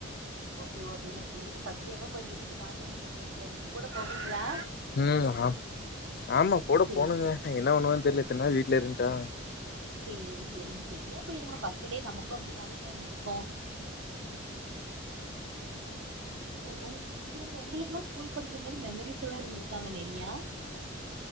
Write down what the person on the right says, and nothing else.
ஓகே ஓகேங்க சேரி ஃபஸ்ட்டேவ போய் விட்டுட்டு வாங்க நீங்க போய்ட்டு கூட போவீங்ளா
சே
சேரி செரிங்க செரியா போயிருங்க ஃபஸ்ட் டே நமக்கும் அப்டிதானேங்க இருந்துருக்கு உ உங் இது வந்து உங்களுக்குல்லா ஸ்கூல் படிக்கும் போது மெமரிஸ்ல்லா இருந்திருக்காங்க நெறையா